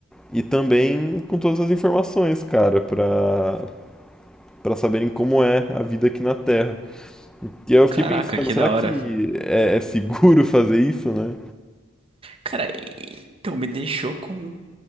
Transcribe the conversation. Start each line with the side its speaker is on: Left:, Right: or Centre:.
Centre: e também com todas as informações, cara, para para saberem como é a vida aqui na Terra. E aí eu fiquei
Right: Caraca,
Centre: pensando,
Right: que
Centre: será
Right: da
Centre: que
Right: hora.
Centre: é, é seguro <laughs> fazer isso, né?
Right: Cara, então me deixou com.